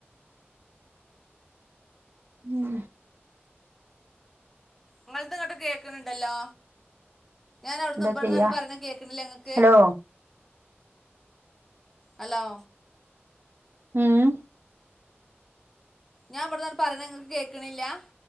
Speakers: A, on the right; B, in the centre.
A: ഉം
B: ഇങ്ങൾത് ഇങ്ങെണ്ട് കേക്ക്ണ് ണ്ടല്ലോ. ഞാനവിട്ന്ന്,
A: എന്താ
B: ഇവിട്ന്നാണ്ട്,
A: ചെയ്യാ
B: പറയ്ണെത് കേക്ക്ണില്ലെ ങ്ങക്ക്.
A: Hello
B: hello.
A: ഉം
B: ഞാ ഇവിട്ന്നാണ്ട് പറിണത് ങ്ങക്ക് കേക്ക്ണില്ലാ.